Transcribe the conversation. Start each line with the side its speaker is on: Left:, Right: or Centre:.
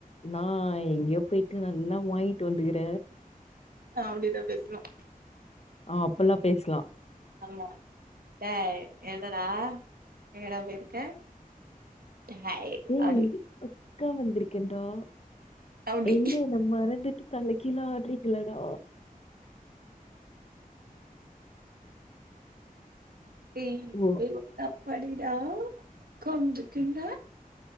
Left: நா எங்யோபோய்டு நல்லா வாங்ட்டு வந்துக்குற
Right: அப்படிதான் பேசுனோம்
Left: ஆ அப்பெலாம் பேசுலா
Right: ஆமா ஏய் என்னடா எங்கடா போயிருக்க டேய்
Left: டேய்
Right: அடி
Left: அக்கா வந்திருக்கன்றா
Right: அப்டி
Left: என்னே நா மறந்துட்டு தலைக் கீழாடி கிலடா
Right: ஏய்
Left: ஓ
Right: <unintelligible> படிடா கொஞ்சகூட